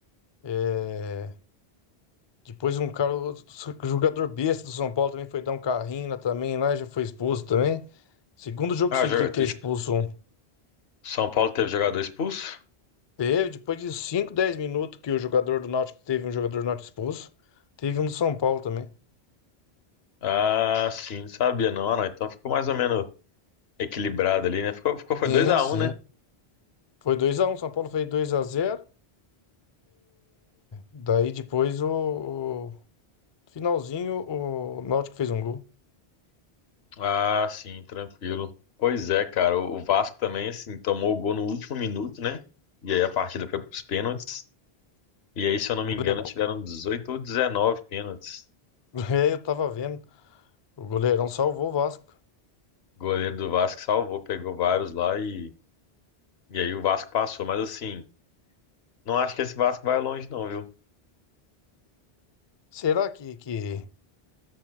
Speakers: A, on the left (about 35°); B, on the left (about 75°).
A: É, Depois um cara, outro jogador besta do São Paulo também foi dar um carrinho lá também, lá e já foi expulso também. Segundo jogo
B: Ah,
A: seguido
B: jo-
A: que é expulso um.
B: São Paulo teve jogador expulso?
A: Teve, depois de 5 10 minutos que o jogador do Náutico teve um jogador do Náutico expulso, teve um do São Paulo também.
B: Ah, sim, não sabia não, ah, não. Então ficou mais ou menos equilibrado ali, né? Ficou, ficou foi
A: Sim,
B: dois a
A: sim.
B: um né?
A: Foi dois a um São Paulo fez 2x0. Daí depois o, o finalzinho o Náutico fez um gol.
B: Ah, sim, tranquilo. Pois é, cara. O o Vasco também, assim, tomou o gol no último minuto, né? E aí a partida foi pros pênaltis. E aí, se eu não
A: O goleiro.
B: me engano, tiveram 18 ou 19 pênaltis.
A: <laughs> É, eu tava vendo. O goleirão salvou o Vasco.
B: O goleiro do Vasco salvou, pegou vários lá e, e aí o Vasco passou. Mas assim, não acho que esse Vasco vai longe, não, viu?
A: Será que, que